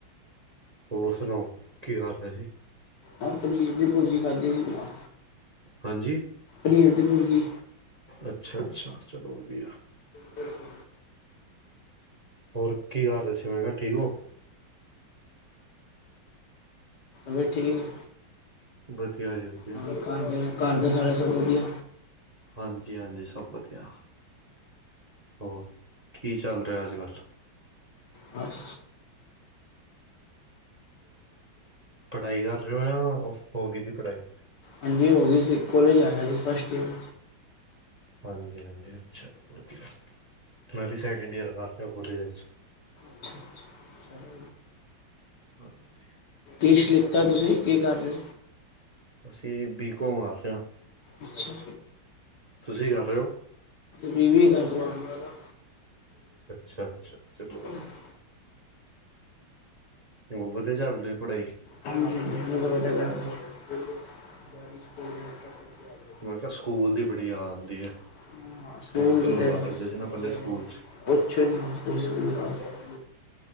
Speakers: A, on the right; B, on the left.
A: ਹੋਰ ਸੁਣਾਓ ਕੀ ਕਰ ਰਿਹੇ ਜੀ
B: ਮੈਂ ਪਨੀਰ ਦੀ ਪੁਰਜੀ ਖਾਦੀ ਸੀ ਭਰਾ
A: ਹਾਂਜੀ
B: ਪਨੀਰ ਦੀ ਪੁਜੀ
A: ਅੱਛਾ ਅੱਛਾ ਚਲੋ ਵਧੀਆ
B: ਬਕ
A: ਹੋਰ ਕੀ ਕਰ ਰਹੇ ਸੀ ਮੈਂ ਕਿਹਾ ਠੀਕ ਹੋ
B: ਬੜੀ ਠੀਕ
A: ਵਧੀਆ ਜੀ ਵਧੀਆ
B: ਹੋਰ ਘਰ ਦੇ ਘਰ ਦੇ ਸਾਰੇ ਸਭ ਵਧੀਆ
A: ਹਾਂਜੀ ਹਾਂਜੀ ਸਭ ਵਧੀਆ ਹੋਰ ਕੀ ਚੱਲ ਰਿਹਾ ਅੱਜ ਕੱਲ੍ਹ
B: ਬਸ
A: ਪੜ੍ਹਾਈ ਕਰ ਰਹੇ ਹੋ ਜਾਂ ਹੋ ਗਈ ਦੀ ਪੜ੍ਹਾਈ
B: ਹਾਂਜੀ ਹੋ ਗਈ ਕੋਲੇਜ ਆ ਗਿਆ ਜੀ ਫਸਟ ਯੀਅਰ
A: ਹਾਂਜੀ ਹਾਂਜੀ ਅੱਛਾ ਵਧੀਆ ਮੈਂ ਵੀ ਸੈਕਿੰਡ ਈਅਰ ਕਰ ਰਿਹਾ ਕੋਲੇਜ ਵਿੱਚ
B: <inaudible>
A: ਹਾਂਜੀ
B: ਕਿਸ਼ ਕਿਤਾ ਤੁਸੀਂ ਕੀ ਕਰ ਰਹੀਓ
A: ਅਸੀਂ ਬੀ ਕੌਮ ਕਰ ਰਹੇ ਆ
B: ਅੱਛਾ
A: ਤੁਸੀਂ ਕਰ ਰਹੇ ਹੋ
B: ਬੀ ਬੀ ਕਰ ਰਹਾ
A: ਅੱਛਾ ਅੱਛਾ ਚਲੋ ਵਧੀਆ
B: <unintelligible>
A: ਹੋਰ ਵਧੀਆ ਚੱਲ ਰਹੀ ਪੜ੍ਹਾਈ
B: ਹਾਂ ਜੀ <unintelligible>
A: ਮੈਂ ਕਿਹਾ ਸਕੂਲ ਦੀ ਬੜੀ
B: <inaudible>
A: ਯਾਦ ਆਉਂਦੀ ਹੈ
B: <inaudible>
A: ਜਿਹੜੀ ਕਲੋਲਾ ਕਰਦੇ ਸੀ ਨਾ ਪਹਿਲੇ ਸਕੂਲ ਚ